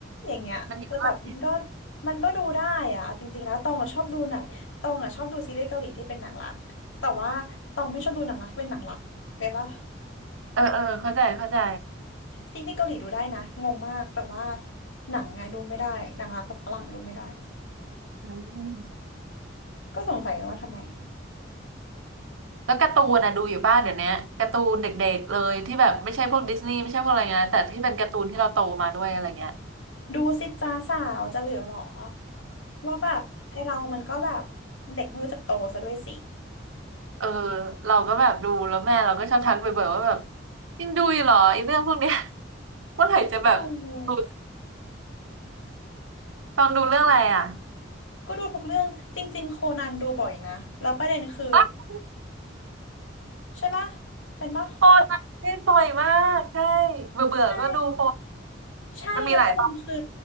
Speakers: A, on the left (about 80°); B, on the right (about 80°).
A: อย่างเงี้ยแต่แบบมันก็
B: มันเยอะมาก
A: มันก็ดูได้อ่ะเอาจริงๆแล้วตองอ่ะชอบดูหนังตองอ่ะชอบดูซีรีส์เกาหลีที่เป็นหนังรักแต่ว่าตองไม่ชอบดูหนังรักที่เป็นหนังรักเลยปะ
B: เออเออเข้าใจเข้าใจ
A: ซีรีส์เกาหลีดูได้นะงงมาก แต่ว่าหนังอะดูไม่ได้หนังรักกับฝรั่งดูไม่ได้
B: อืม
A: ก็สงสัยว่าทำไม
B: แล้วการ์ตูนนะดูอยู่บ้านเดี๋ยวนี้การ์ตูนเด็กๆเลยที่แบบไม่ใช่พวกดิสนีย์ไม่ใช่พวกอะไรเงี้ยแต่ที่เป็นการ์ตูนที่เราโตมาด้วยอะไรเงี้ย
A: ดูสิจ้าสาวจะเหลือหรอว่าแบบไอเรามันก็แบบเด็กไม่รู้จักโตซะด้วยสิ
B: เออเราก็แบบดูแล้วแม่เราก็ชอบทักบ่อยๆว่าแบบยังดูอยู่เหรอไอ้เรื่องพวกเนี้ย <laughs> เมื่อไหร่จะแบบดู
A: ดู
B: ตองดูเรื่องอะไรอ่ะ
A: ก็ดูทุกเรื่อง จริงๆโคนันดูบ่อยนะ แล้วประเด็นคือ
B: อ่ะ
A: ใช่ปะเป็นปะ
B: โฟนเล่นบ่อยมากใช่เบื่อเบื่อก็ดูโฟน
A: ใช่ ใช่แล้วประเด็นคือ
B: มันมีหลายตอน